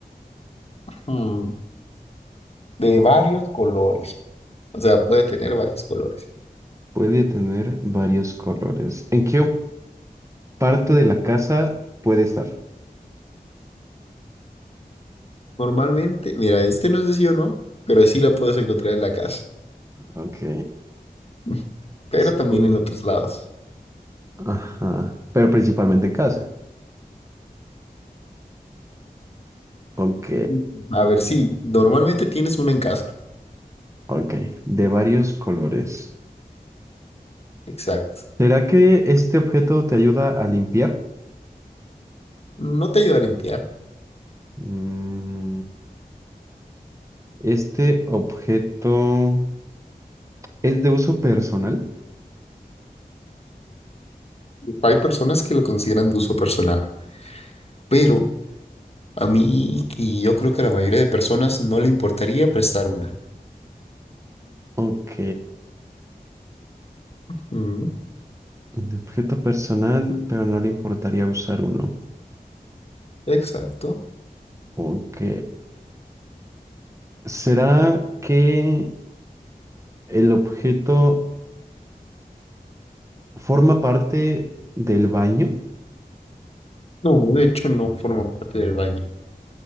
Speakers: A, on the left; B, on the right.
A: mm, de varios colores. O sea, puede tener varios colores.
B: Puede tener varios colores. ¿En qué parte de la casa puede estar?
A: Normalmente, mira, este no es de sí o no, pero sí la puedes encontrar en la casa,
B: Ok.
A: <laughs> pero
B: Sí,
A: también
B: puede.
A: en otros lados.
B: Ajá. Pero principalmente en casa. Ok.
A: Mm. A ver, sí, normalmente tienes una en casa.
B: Ok, de varios colores.
A: Exacto.
B: ¿Será que este objeto te ayuda a limpiar?
A: No te ayuda a limpiar.
B: Mm, este objeto es de uso personal.
A: Hay personas que lo consideran de uso personal, pero a mí y yo creo que a la mayoría de personas no le importaría prestar una.
B: Ok,
A: Ujú,
B: un objeto personal, pero no le importaría usar uno.
A: Exacto.
B: Ok. ¿Será que el objeto forma parte del baño?
A: No, de hecho no forma parte del baño.